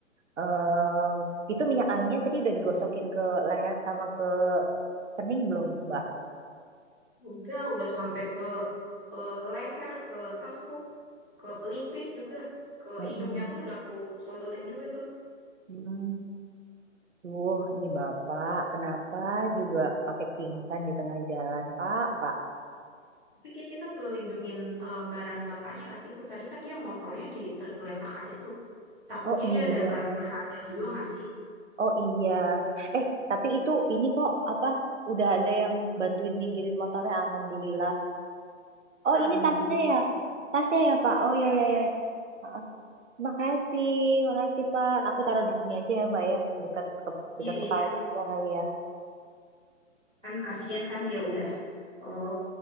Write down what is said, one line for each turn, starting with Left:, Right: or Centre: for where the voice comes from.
Right: Em, itu minyak anginnya tadi udah digosokin ke leher sama ke kening belum Mbak?
Centre: Udah, udah sampai ke eh, leher, ke tengkuk, ke pelipis juga, ke
Right: Mm-mm.
Centre: hidungnya pun udah aku sodorin juga tuh.
Right: Mm. Duh, ini Bapak, kenapa juga pakai pingsan di tengah jalan Pak? Pak,
Centre: Tapi kayak kita perlu lindungin eh, barang bapaknya nggak sih tuh? Tadi kan dia motornya di tergeletak aja tuh. Takutnya
Right: oh iya.
Centre: dia ada barang berharga juga nggak sih?
Right: Oh iya. Eh, tapi itu ini kok apa udah ada yang bantuin ninggirin motornya alhamdulillah. Oh,
Centre: Ah,
Right: ini
Centre: untuk
Right: tasnya ya. Tasnya ya, Pak. Oh
Centre: Iya,
Right: ya
Centre: iya,
Right: ya ya. Heeh. Makasih, makasih Pak. Aku taruh di sini aja ya, Mbak ya. Dekat ke, dekat
Centre: iya,
Right: kepala
Centre: iya.
Right: juga kali ya.
Centre: Kan kasihan kan dia udah eh,